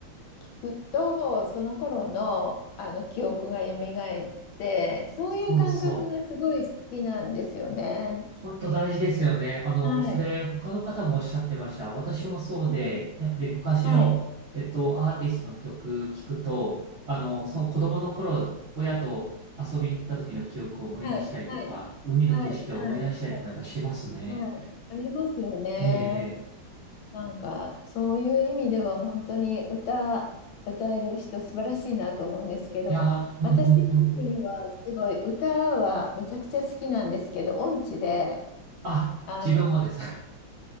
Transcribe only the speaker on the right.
そうそう。本当大事ですよね。あの、
それ他の方もおっしゃってました。私もそうで、
やっぱり昔の、
えっと、アーティストの曲聞くと、あの、その子供の頃、親と遊びに行った時の記憶を思い出したりとか、
海の景色を思い出したりとかやっぱしますね。
ええ、ええ
いや、うんうん、
本当。
あ、
自分もです。